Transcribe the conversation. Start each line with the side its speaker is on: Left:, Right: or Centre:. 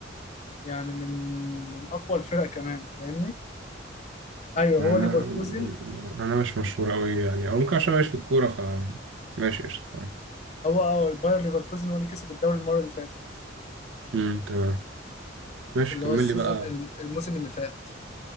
Left: يعني من من اقوى الفرق كمان فاهمني ايوه
Right: مع
Left: هو
Right: انها
Left: ليفركوزن
Right: مع انها مش مشهوره قوي يعني او ممكن عشان ماشي في الكوره ف ماشي قشطة تمام
Left: هو اه الباير ليفركوزن هو اللي كسب الدوري المره اللي فاتت
Right: امم تمام ماشي
Left: اللي
Right: كمل
Left: هو السيزون
Right: لي بقى
Left: الموسم اللي فات